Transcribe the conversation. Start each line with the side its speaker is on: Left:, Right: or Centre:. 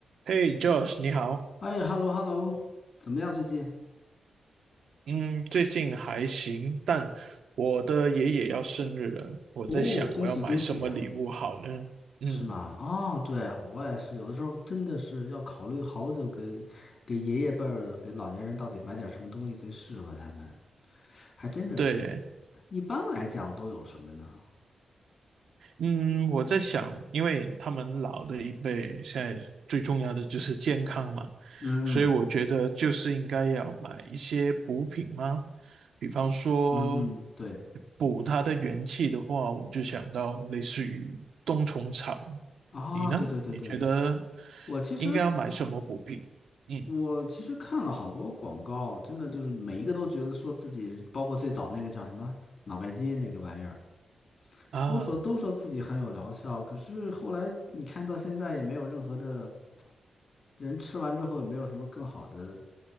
Right: 嘿，Josh，你好。
Left: 哎，hello hello，怎么样最近？
Right: 嗯，最近还行，但我的爷爷要生日了，我在想我要买什么礼物好呢？
Left: 哦，恭喜恭喜啊
Right: 嗯，
Left: 是吗？哦，对，我也是，有的时候真的是要考虑好久给，给爷爷辈儿的，给老年人到底买点什么东西最适合他们，还真的是，
Right: 对，
Left: 一般来讲都有什么呢？
Right: 嗯，我在想，因为他们老的一辈现在最重要的就是健康嘛，
Left: 嗯嗯
Right: 所以我觉得就是应该要买一些补品吗？比方说
Left: 嗯嗯，对
Right: 补他的元气的话，我就想到类似于冬虫草。
Left: 啊，
Right: 你呢？
Left: 对对对对，
Right: 你觉得
Left: 我其实
Right: 应该要买什么补品？嗯
Left: 我其实看了好多广告，真的就是每一个都觉得说自己，包括最早那个叫什么脑白金那个玩意儿。
Right: 啊。
Left: 都说都说自己很有疗效，可是后来你看到现在也没有任何的人吃完之后也没有什么更好的